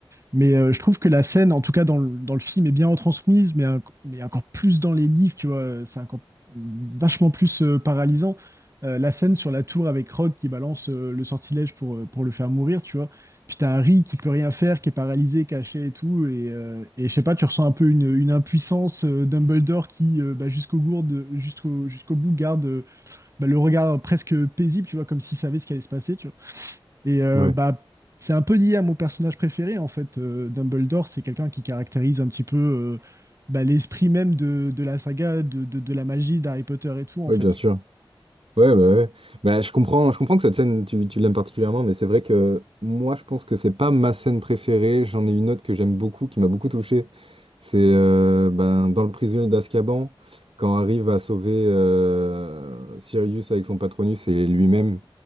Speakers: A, on the right; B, on the right.
A: Mais euh, je trouve que la scène, en tout cas dans le, dans le film, est bien retransmise, mais, un- mais encore plus dans les livres, tu vois, euh, c'est encore vachement plus euh, paralysant. Euh, la scène sur la tour avec Rogue qui balance euh, le sortilège pour, euh, pour le faire mourir, tu vois. Puis t'as Harry qui peut rien faire, qui est paralysé, caché et tout. Et, euh, et je sais pas, tu ressens un peu une, une impuissance. euh, Dumbledore qui, euh, bah, jusqu'au gourde, jusqu'au jusqu'au bout, garde euh, bah, le regard presque paisible, tu vois, comme s'il savait ce qui allait se passer, tu vois. Et euh,
B: ouais,
A: bah, c'est un peu lié à mon personnage préféré, en fait. Euh, Dumbledore, c'est quelqu'un qui caractérise un petit peu euh, bah, l'esprit même de, de la saga, de, de- de la magie d'Harry Potter et tout, en
B: ouais,
A: fait.
B: bien
A: tu
B: sûr. Ouais, bah ouais. Bah, je comprends, je comprends que cette scène, tu, tu l'aimes particulièrement, mais c'est vrai que moi, je pense que c'est pas ma scène préférée. J'en ai une autre que j'aime beaucoup, qui m'a beaucoup touché. C'est euh, ben, dans le prisonnier d'Azkaban, quand arrive à sauver euh, Sirius avec son Patronus et lui-même.